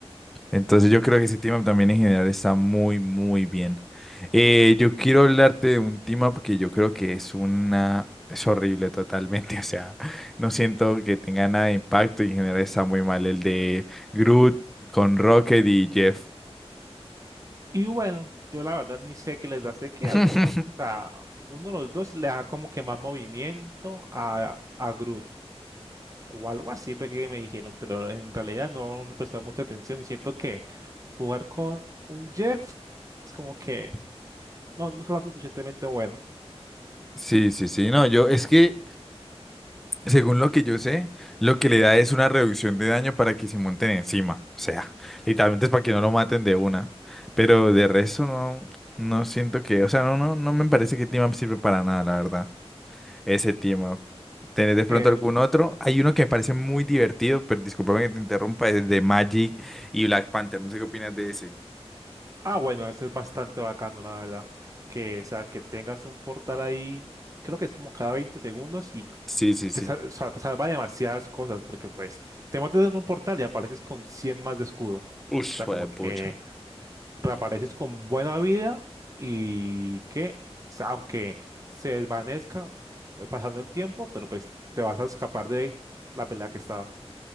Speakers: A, in the centre; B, on the right.
A: Entonces yo creo que ese team up también en general está muy, muy bien. Eh, yo quiero hablarte de un team up que yo creo que es una... Es horrible totalmente, <laughs> o sea, no siento que tenga nada de impacto y en general está muy mal el de Groot con Rocket y Jeff.
B: Y bueno, yo la verdad ni sé qué les da. Sé que
A: <laughs>
B: alguno, o sea, uno de los dos le da como que más movimiento a, a Groot. O algo así fue que me dijeron, pero en realidad no le prestaba mucha atención y siento que jugar con un Jeff es como que no, no será suficientemente bueno.
A: Sí, sí, sí, no, yo es que Según lo que yo sé, lo que le da es una reducción de daño para que se monten encima. O sea, literalmente es para que no lo maten de una. Pero de resto no, no siento que, o sea, no, no, no me parece que team up sirve para nada, la verdad. Ese team up. ¿Tenés de pronto
B: Eh,
A: algún otro? Hay uno que me parece muy divertido, pero discúlpame que te interrumpa, es de Magic y Black Panther. No sé qué opinas de ese.
B: ah, bueno, ese es bastante bacano, la verdad. Que, o sea, que tengas un portal ahí, creo que es como cada 20 segundos y
A: Sí, sí, sí.
B: te, sal- o sea, te salva de demasiadas cosas, porque pues te metes en un portal y apareces con 100 más de escudo.
A: Ush,
B: O sea, como que
A: pucha.
B: reapareces con buena vida y que, o sea, aunque se desvanezca eh, pasando el tiempo, pero pues te vas a escapar de la pelea que estabas.